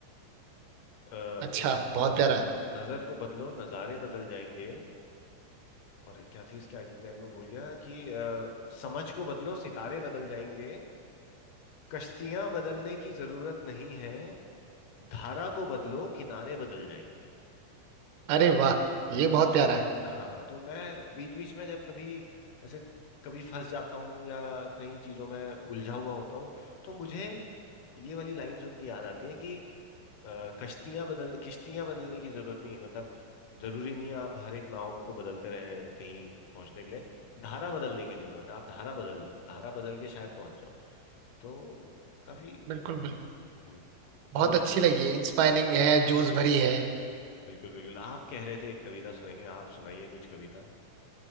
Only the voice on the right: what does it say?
अच्छा बहुत
प्यारा
अरे वाह ये बहुत प्यारा है
बिल्कुल बिल्कुल
बहुत
अच्छी
लगी इंस्पायरिंग है जोश भरी है